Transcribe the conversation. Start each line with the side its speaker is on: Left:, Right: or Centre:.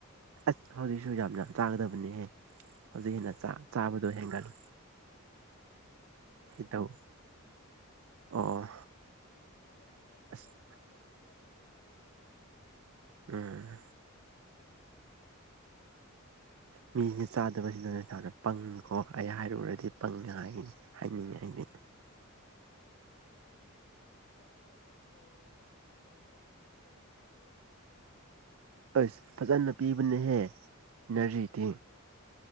Right: ꯑꯁ ꯍꯧꯖꯤꯛꯁꯨ ꯌꯥꯝ ꯌꯥꯝ ꯆꯥꯒꯗꯕꯅꯦꯍꯦ ꯍꯧꯖꯤꯛ ꯍꯦꯟꯅ
Left: ꯍꯧꯖꯤꯇꯤ
Right: ꯆꯥ ꯆꯥꯕꯗꯣ
Left: ꯑꯃꯨꯛ
Right: ꯍꯦꯟꯒꯠꯂꯨ
Left: ꯍꯧꯖꯤꯛꯅ ꯑꯃꯨꯛ ꯂꯩꯇꯕꯒꯤꯅꯦꯗ
Right: ꯇꯧ ꯑꯣ
Left: ꯍꯥꯏꯕꯗꯤ ꯑꯩꯈꯣꯏ
Right: ꯑꯁ
Left: ꯁ꯭ꯋꯥꯏꯗꯗꯤ ꯇꯣꯏꯅ ꯂꯩꯇꯦꯕ ꯑꯗꯨꯗꯤ
Right: ꯎꯝ
Left: ꯑꯣ
Right: ꯃꯤꯁꯤꯅ ꯆꯥꯗꯕꯁꯤꯅ ꯏꯁꯥꯅ ꯄꯪ ꯀꯣ ꯑꯩ ꯍꯥꯏꯔꯨꯔꯗꯤ ꯄꯪꯅꯤ ꯍꯥꯏꯒꯅꯤ ꯍꯥꯏꯅꯤꯡꯑꯩꯅꯤ
Left: ꯆꯥꯕ ꯍꯥꯏꯕꯁꯦ ꯐꯩꯗ ꯏꯅꯔꯖꯤ ꯍꯥꯞꯄꯤꯨꯗꯣꯏꯅꯦ ꯏꯁꯥꯗ
Right: ꯑꯁ ꯐꯖꯅ ꯄꯤꯕꯅꯍꯦ ꯏꯟꯅꯔꯖꯤꯗꯤ